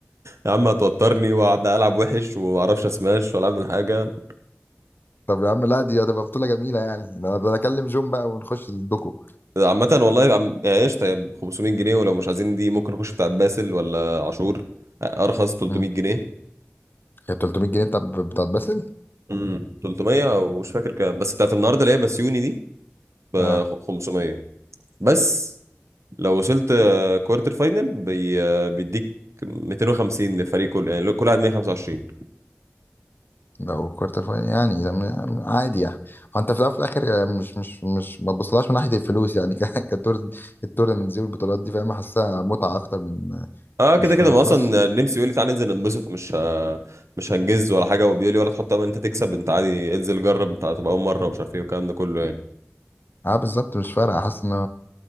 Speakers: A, on the right; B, on the left.
A: يا عم هتوترني واقعد العب وحش وما اعرفش اسماش ولا اعمل حاجه
B: طب يا عم لا دي هتبقى بطولة جميلة يعني ده انا ده أنا اكلم جون بقى ونخش الدوكو
A: عامه والله عم... يعني ايش طيب 500 جنيه ولو مش عايزين دي ممكن نخش بتاع باسل ولا عاشور ارخص 300
B: مم.
A: جنيه
B: هي 300 جنيه بتاعت بتاعت باسل
A: امم 300 او مش فاكر كام بس بتاعت النهارده اللي هي بسيوني دي ب
B: اه
A: 500 بس لو وصلت آه، كوارتر فاينل بي... آه، بيديك 250 للفريق كله يعني كل واحد 125
B: لو كوارتر فاينل يعني ده م- عادي يعني هو انت في الاول وفي الاخر آه، مش مش مش ما تبصلهاش من ناحية الفلوس يعني <laughs> ك- كتور التورنمنتس دي والبطولات دي فاهم حاسسها متعة اكتر من
A: اه كده
B: مش في
A: كده ما
B: فلوس
A: اصلا نمسي بيقول لي تعالى ننزل ننبسط مش ه... مش هنجز ولا حاجه وبيقول لي ولا تحط امل إن انت تكسب انت عادي انزل جرب انت هتبقى اول مره ومش عارف ايه والكلام ده كله يعني
B: اه بالظبط مش فارقة حاسس انه